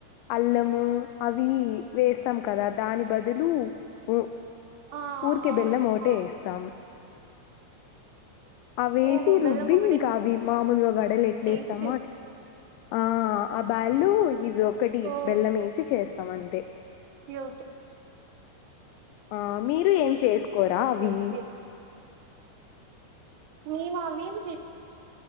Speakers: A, on the left (about 85°); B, on the right (about 70°).
A: అల్లము అవి వేస్తాం కదా దాని బదులు ఉ
B: ఆ
A: ఊర్కె
B: అవును
A: బెల్లం ఒకటే
B: ఆ
A: వేస్తాం అవేసి
B: ఓహో
A: రుబ్బి
B: బెల్లం ఒకటే
A: ఇంకా అవి మామూలుగా వడలు ఎట్లేస్తామో
B: వేసి చే
A: అట్లా ఆ ఆ బ్యాళ్లు ఇదొ. ఒకటి
B: ఓ
A: బెల్లమేసి చేస్. సమంతె
B: <unintelligible>
A: ఆ మీరు ఏం చేస్. కోరా అవి.
B: ఓకే మేమవేం చె